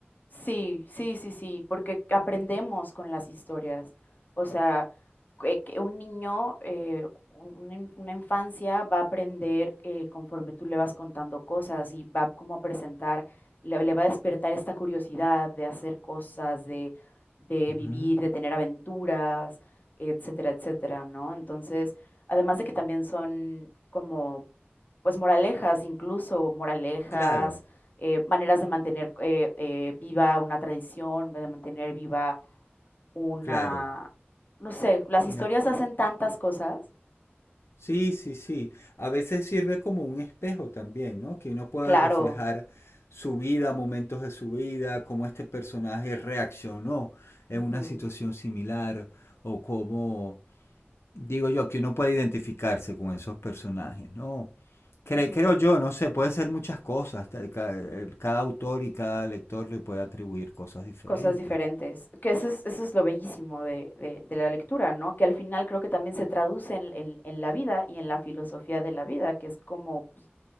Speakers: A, on the left; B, on the left.
A: Sí, sí, sí, sí, porque aprendemos con las historias. O sea, que que un niño, eh, un- una, in- una infancia va a aprender eh, conforme tú le vas contando cosas y va como a presentar, le, le va a despertar esta curiosidad de hacer cosas, de, de
B: Uh-huh.
A: vivir, de tener aventuras, etcétera, etcétera, ¿no? Entonces, además de que también son como, pues, moralejas, incluso moralejas
B: Claro,
A: eh, maneras de mantener eh, eh, viva una tradición, de mantener viva una,
B: claro.
A: no sé, las historias
B: Una
A: hacen tantas cosas,
B: Sí, sí, sí. A veces sirve como un espejo también, ¿no? Que uno pueda
A: claro,
B: reflejar su vida, momentos de su vida, cómo este personaje reaccionó en
A: ujú,
B: una situación similar o cómo, digo yo, que uno puede identificarse con esos personajes, ¿no? Cre-
A: ujú,
B: creo yo, no sé, puede ser muchas cosas. ta- ca- el- Cada, autor y cada lector le puede atribuir cosas diferentes.
A: cosas diferentes, que eso es, eso es lo bellísimo de, de- de la lectura, ¿no? Que al final creo que también se traduce en, en- en la vida y en la filosofía de la vida, que es como pues,